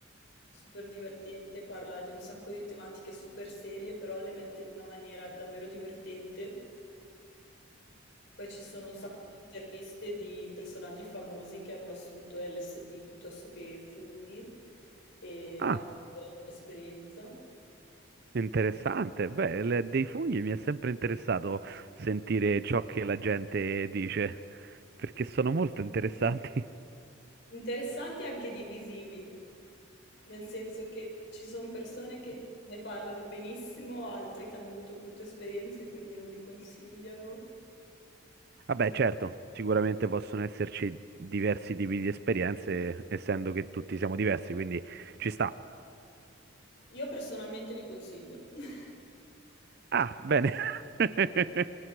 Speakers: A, on the left (about 55°); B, on the right (about 50°).
A: super divertente, parla di un sacco di tematiche super serie, però le mette in una maniera davvero divertente. Poi ci sono un sacco di interviste di personaggi famosi che hanno assunto LSD piuttosto che funghi e
B: Ah.
A: parlano della loro esperienza.
B: Interessante, beh, il- dei funghi mi è sempre interessato sentire ciò che la gente dice, perché sono molto interessanti.
A: Interessanti anche divisivi, nel senso che ci sono persone che ne parlano benissimo, altre che hanno avuto brutte esperienze, e quindi non li consigliano.
B: Vabbè, certo, sicuramente possono esserci diversi tipi di esperienze, essendo che tutti siamo diversi, quindi ci sta.
A: Io personalmente li consiglio, <laughs>
B: Ah, bene. <laughs>